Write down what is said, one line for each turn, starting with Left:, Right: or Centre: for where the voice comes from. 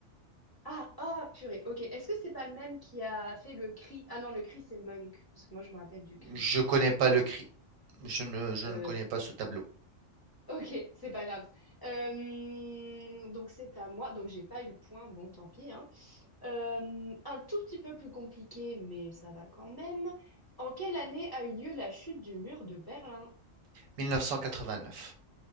Left: Ah, ah, purée. Ok. Est-ce que c'est pas le même qui a fait le cri? Ah non, le cri, c'est Monk. Parce que moi, je me rappelle du cri.
Right: Je connais pas le cri. Je ne, je
Left: Euh,
Right: ne connais pas ce tableau.
Left: ok, c'est pas grave. Euh, donc c'est à moi. Donc j'ai pas eu le point. Bon, tant pis, hein. Euh, un tout petit peu plus compliqué, mais ça va quand même. En quelle année a eu lieu la chute du mur de Berlin?
Right: 1989.